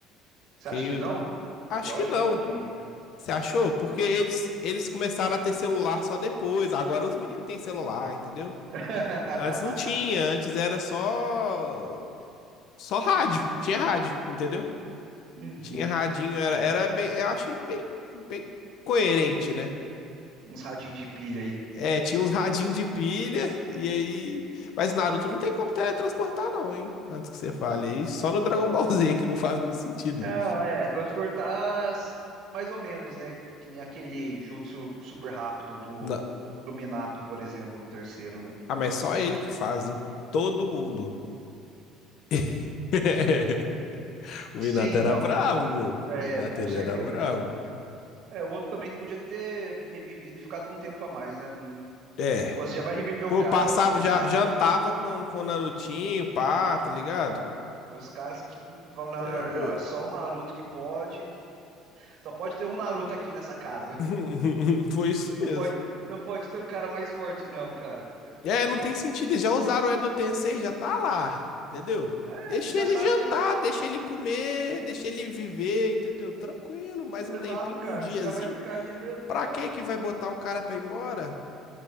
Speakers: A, on the right; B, on the left.
A: você
B: Que
A: acha
B: aí
A: que não?
B: eu- acho
A: Eu
B: que
A: achei
B: não.
A: um pouquinho.
B: Você achou? Porque eles, eles começaram a ter celular só depois. Agora os meninos têm celular, entendeu?
A: <laughs>
B: Antes não tinha, antes era só só rádio. Tinha rádio, entendeu?
A: Uhum.
B: Tinha radinho, era, era bem, eu achei bem, bem coerente, né?
A: Uns radinhos de pilha aí.
B: É, tinha uns radinhos de pilha e aí, mas Naruto não tem como teletransportar não, hein? Antes que você fale aí, só no Dragon Ball Z que não faz muito sentido
A: Não,
B: isso.
A: é, transportar s- mais ou menos, né? Que nem aquele jutsu super rápido do,
B: Não.
A: do Minato, por exemplo, do terceiro, né?
B: Ah, mas só ele que faz, em todo mundo. <laughs> O
A: Sim,
B: Minato era
A: não,
B: bravo, bobo.
A: é,
B: O Minato,
A: com
B: ele
A: certeza.
B: era bravo.
A: É, o outro também que podia ter revivido e ficado um tempo a mais, né? Não-
B: É.
A: Pô, você já vai reviver
B: Pô,
A: o cara,
B: passava,
A: pô, deixa
B: já
A: o cara.
B: jantava com, com o Narutinho, pá, tá ligado?
A: <laughs> Os caras que falam, não,
B: É,
A: não, não, não,
B: eu-
A: é só o Naruto que pode. Só pode ter um Naruto aqui nessa casa. <laughs>
B: <laughs> foi isso
A: Não
B: mesmo.
A: pode, não pode ter um cara mais forte, não, cara.
B: É, não tem sentido. Eles já usaram o Edo Tensei, já tá lá, entendeu?
A: É,
B: Deixa
A: você já
B: ele
A: sabe
B: jantar,
A: que ele vai voltar.
B: deixa ele comer, deixa ele viver, entendeu? Tranquilo, mais
A: Exato,
B: um tempinho,
A: cara.
B: um diazinho.
A: Você já vai ficar ali mesmo,
B: Pra
A: cara.
B: que que vai botar o cara pra ir embora?